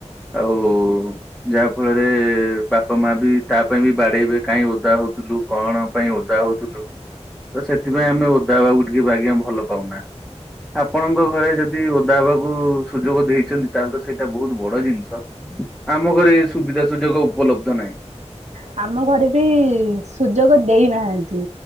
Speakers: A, in the centre; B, on the right.
A: ଆଉ ଯାହା ଫଳରେ ବାପା ମା ବି ତା ପାଇଁ ବି ବାଡେଇବେ କାହିଁ ଓଦା ହଉଥିଲୁ। କଣ ପାଇଁ ଓଦା ହଉଥିଲୁ ତ ସେଥିପାଇଁ ଆମେ ଓଦା ବାକୁ ଟିକେ ବାଗିବା ଭଲ ପାଉନା। ଆପଣଙ୍କ ଘରେ ଯଦି ଓଦା ହବାକୁ ସୁଯୋଗ ଦେଇଛନ୍ତି ତାହେଲେ ତ ସେଇଟା ବହୁତ ବଡ ଜିନିଷ। ଆମ ଘରେ ସୁବିଧା ସୁଯୋଗ ଉପଲବ୍ଧ ନାହିଁ।
B: ହ ଆମ ଘରେ ବି ସୁଯୋଗ ଦେଇନାହାନ୍ତି